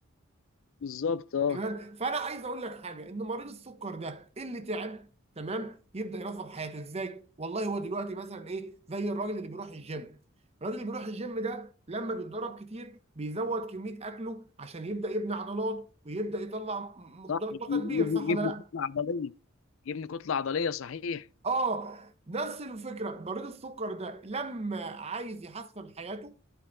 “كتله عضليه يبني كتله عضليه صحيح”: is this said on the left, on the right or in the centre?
Left